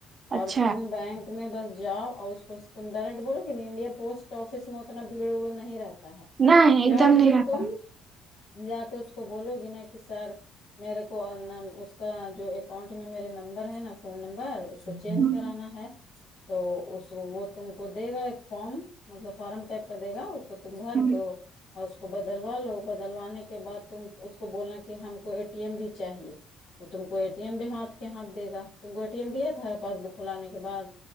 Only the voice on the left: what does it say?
اور تم
بینک تمہیں بس جا اور اسس بس تم ڈائریکٹ بولو کہ نہیں انڈیا پوسٹ آفس میں اتنا بھیڑ وڑ نہیں رہتا ہے
جاؤ
گی
تم جا کے اس کو بولو گی نا کہ سر میرے کو اور نا اس کا جو اکاؤنٹ میں میرے نمبر ہے نا فون نمبر اس کو
چینج کرانا ہے تو اس وہ تم کو دے گا ایک فارم مطلب فارم ٹائپ کا دے گا اس تو تم بھر
دو اور اس کو بدلوا لو بدلوانے کے کے بعد تم اس کو بولنا کہ ہم کو اے ٹی ایم بھی چاہیے وہ تم کو اے ٹی ایم بھی ہاتھ کے ہاتھ دے گا تم کو اے ٹی ایم دیا تھا پاس بک کھولانے کے بعد